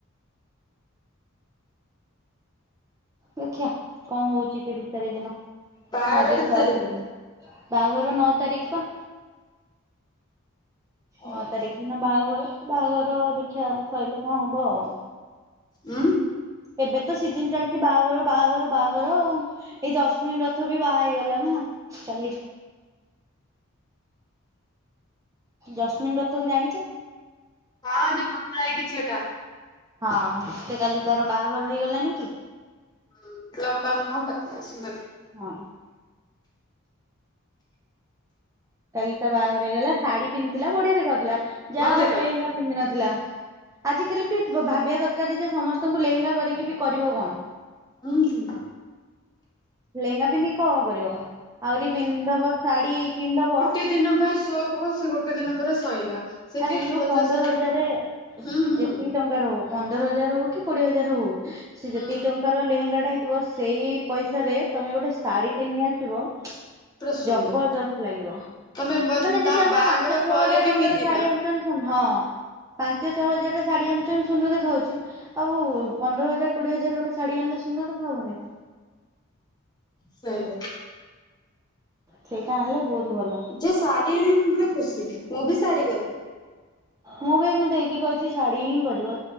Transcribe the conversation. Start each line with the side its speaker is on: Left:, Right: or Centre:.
Right: ଦେଖିିବା କଣ ହଉଛି ତିରିଶ ତାରିଖ ଦିନ
Left: ବାହାଘର
Right: ମୁଁ ଆଗେ
Left: କେତେ
Right: ଫୋନ୍
Left: ତାରିଖ
Right: ବାହାଘର ନଅ ତାରିଖ ପା
Left: ଓହୋ
Right: ନଅ ତାରିଖ ଦିନ ବାହାଘର ବାହାଘର ଦେଖିବା ସରିଲେ କଣ ହବ ଆଉ।
Left: ହୁଁ।
Right: ଏବେ ତ ସିଜନ ଚାଲିଛି ବାହାଘର ବାହାଘର ବାହାଘର ଆଉ। ଏଇ ଜସ୍ମିନ୍ ରଥ ବି ବାହା ହେଇଗଲା ନା କାଲି। ଜସ୍ମିନ୍ ରଥ କୁ ଜାଣିଚ।
Left: ହଁ ଯେଉ ପତଳା ହେଇକି ଝିଅଟା।
Right: ହଁ ସେ କାଲି ତାର ବାହାଘର ହେଇଗଲାନି କି।
Left: ହୁଁ ଲମ୍ବା ମୁହଁ ପତଳା ସୁନ୍ଦର।
Right: ହଁ। କାଲି ତା ବାହାଘର ହେଇଗଲା ଶାଢୀ ପିନ୍ଧିଥିଲା ବଢିଆ ଦେଖାଉଥିଲା ଯାହା
Left: ଭଲ ଦେଖାଯାଉଥିଲା।
Right: ଆଉ ଲେହେଙ୍ଗା ପିନ୍ଧିିନଥିଲା। ଆଜିକାଲି ବି ଭାବିବା ଦରକାର ଯେ ସମସ୍ତଙ୍କୁ ଲେହେଙ୍ଗା କରିକି ବି କରିବ କଣ।
Left: ହୁଁ ହୁଁ।
Right: ଲେହେଙ୍ଗା ପିନ୍ଧିକି କଣ କରିବ ଆହୁରି ପିନ୍ଧ ଦବ ଶାଢୀ କିଣିଦବ।
Left: ଗୋଟେ ଦିନ ପାଇଁ ଶୋ କ ସେ ଗୋଟେ ଦିନ ପରେ ସଇଲା। ସେ
Right: ଆରେ
Left: ତିରିଶ
Right: ଯୋଉ
Left: ପଚାଶ
Right: ପନ୍ଦର
Left: ହଜାର
Right: ହଜାରେ
Left: ଟଙ୍କା ହୁଁ
Right: ସେ
Left: ହୁଁ।
Right: ଯେତିକି ଟଙ୍କାର ହଉ ପନ୍ଦର ହଜାର ହଉ କି କୋଡିଏ ହଜାର ହଉ ସେ
Left: ହୁଁ
Right: ଯେତିକି ଟଙ୍କା ପ୍ରକାର ଲେହେଙ୍ଗା ଟା ହେଇଥିବ ସେଇ ପଇସାରେ ତମେ ଗୋଟେ ଶାଢୀ ଟେ ନେଇ ଆସିବ
Left: ପୁରା ସୁନ୍ଦର।
Right: ଜବଦସ୍ତ ଲାଗିବ
Left: ତମେ ବ
Right: ମାନେ ଯଦି
Left: ତା
Right: ଆମେ
Left: ବାହାଘର
Right: ପାଞ୍ଚ ଛଅ
Left: ପରେ
Right: ହଜାର
Left: ବି
Right: ଟଙ୍କାରେ
Left: ପିନ୍ଧିବା।
Right: ଶାଢୀ ହଁ ପାଞ୍ଚ ଛ ହଜାରରେ ସାଢ଼ୀ ଆଣୁଚନ୍ତି ସୁନ୍ଦର ଦେଖା ଯାଉଚି। ଆଉ ପନ୍ଦର ହଜାର କୋଡିଏ ହଜାର ଗୋଟେ ଶାଢୀ ଆଣିଲେ ସୁନ୍ଦର ଦେଖା ହବନି ନା।
Left: ସେଇଆ।
Right: ସେଇଟା ହେଲେ ବହୁତୁ ଭଲ।
Left: ଯିଏ ଶାଢୀ ଆଣିବ ମୁଁ ପୁରା ଖୁସି ମୁଁ ବି ଶାଢୀ କରିବି।
Right: ମୁଁ ବି ମୋ ଦେଇକି କହିଚି ଶାଡ଼ି ହିଁ କରିବ